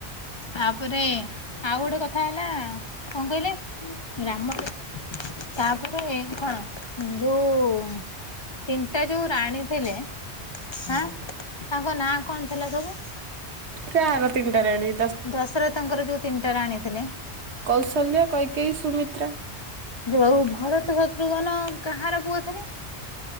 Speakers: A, on the left (about 35°); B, on the right (about 80°).
A: ତାପରେ ଆଉ ଗୋଟେ କଥା ହେଲା କଣ କହିଲେ ରାମ ରେ ତାପରେ କଣ ଯୋଉ ତିନିଟା ଯୋଉ ରାଣୀ ଥିଲେ ହାଁ ତାଙ୍କ ନାଁ କଣ ଥିଲା ସବୁ?
B: କାର ତିନି ରାଣୀ?
A: ଦଶରଥଙ୍କର ଯୋଉ ତିନିଟା ରାଣିଥିଲେ।
B: କୌଶଲ୍ୟ କୈକେଇ ସୁମିତ୍ରା।
A: ଯୋଉ ଭରତ ଶତ୍ରୁଘ୍ନ କାହାର ପୁଅ ଥିଲେ?